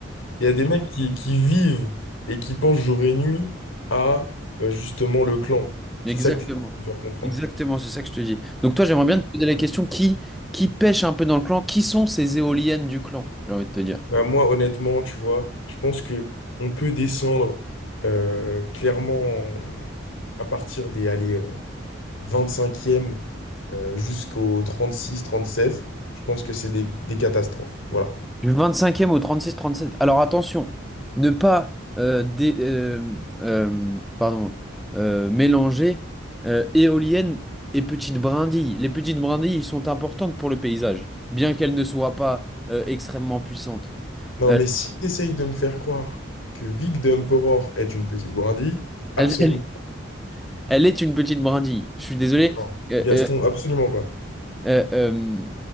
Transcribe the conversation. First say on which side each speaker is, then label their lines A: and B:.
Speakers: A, on the left (about 80°); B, in the centre.
A: Il y a des mecs qui, qui vivent et qui pensent jour et nuit à euh, justement le clan.
B: Exactement.
A: C'est ça que tu essaies de me faire comprendre.
B: Exactement, c'est ça que je te dis. Donc toi, j'aimerais bien te poser la question, qui, qui pêche un peu dans le clan? Qui sont ces éoliennes du clan? J'ai envie de te dire.
A: Bah, moi, honnêtement, tu vois, je pense que on peut descendre euh, clairement en- à partir des allez, euh, 25e euh, jusqu'au 36, 37. Je pense que c'est des, des catastrophes. Voilà.
B: Du vingt-cinquième au trente-six, trente-sept. Alors attention, ne pas euh, dé- euh, euh, pardon, euh, mélanger euh, éoliennes et petites brindilles. Les petites brindilles sont importantes pour le paysage, bien qu'elles ne soient pas euh, extrêmement puissantes.
A: Non,
B: Euh,
A: mais si tu essayes de me faire croire que Vic the Emperor est une petite brindille, absolument
B: elle, elle- elle est une petite brindille. Je suis désolé.
A: pas.
B: Euh,
A: Gaston,
B: euh,
A: absolument pas.
B: euh, euh,